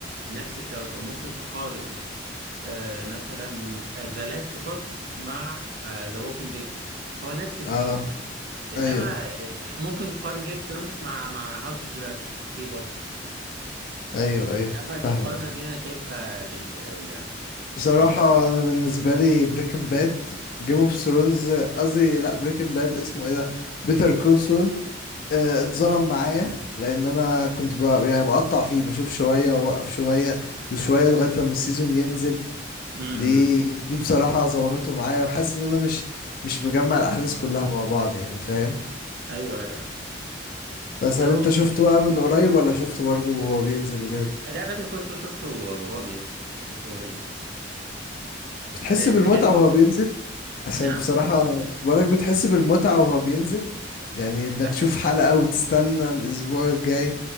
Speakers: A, on the right (about 55°); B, on the left (about 50°).
A: نفس التوجه ممكن تقارن آه مثلا ذا لاست اوف اس مع ذا ووكينج ديد هو نفس الثيم
B: اه
A: انما
B: ايوه
A: ممكن تقارن جيم اوف ثرونز مع مع هاوس اوف دراجون اوكي برضو
B: ايوه ايوه
A: انما المقارنه
B: فاهمك
A: دي انا شايفها بعيده قوي يعني
B: بصراحه
A: بعيده قوي
B: انا بالنسبه لي بريكنج باد جيم اوف ثرونز قصدي لا بريكنج باد اسمه ايه ده بيتر كول سول اتظلم معايا لان انا كنت بقى يعني بقطع فيه بشوف شويه واوقف شويه وشويه لغايه لما السيزون ينزل
A: امم
B: دي دي بصراحة ظلمته معايا وحاسس ان انا مش مش مجمع الاحداث كلها مع بعض يعني فاهم
A: ايوه ايوه
B: بس
A: لا
B: هل
A: هو
B: انت شفته
A: تمثيل
B: بقى من قريب ولا شفته برضه وهو بينزل وكده
A: لا باتر كول سول شفته وهو بينزل شفته وهو بينزل
B: بتحس
A: من الحاجات
B: بالمتعة
A: بم...
B: وهو بينزل
A: <laughs>
B: عشان
A: نعم
B: بصراحة بقولك بتحس بالمتعة وهو بينزل يعني انك
A: بح...
B: تشوف حلقة وتستنى الاسبوع الجاي